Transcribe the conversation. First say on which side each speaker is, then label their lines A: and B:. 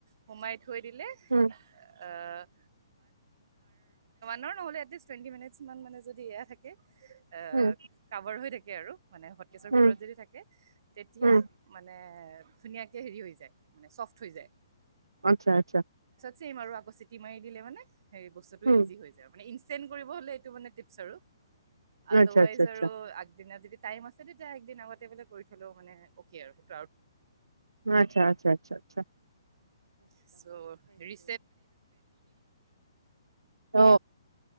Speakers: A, on the right; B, on the right.
A: সোমাই। থৈ দিলে
B: হুম
A: আহ। নহলে কিছুমান মানে যদি এয়া থাকে কভাৰ
B: হুম
A: হৈ থাকে আৰু মানে হটকেছৰ
B: হুম
A: ভিতৰত যদি থাকে তেতিয়া
B: হুম
A: মানে ধুনীয়াকে হেৰি হৈ যায় মানে চফ্ট হৈ যায়
B: আচ্ছা আচ্ছা
A: চিম আৰু আকৌ চিটি মাৰি দিলে মানে সেই বস্তুতটো
B: হুম
A: ইজি হৈ যায় মানে চেণ্ড কৰিব হ'লে টো মানে টিপছ আৰু আদৱাইজ
B: আচ্ছা আচ্ছা আচ্ছা
A: আৰু আগদিন দি টাইম আছে তেতিয়া একদিন আগতে বোলে কৰি থ'লেও মানে অ'কে আৰু ন
B: আচ্ছা আচ্ছা আচ্ছা আচ্ছা
A: সেইটো
B: অ অ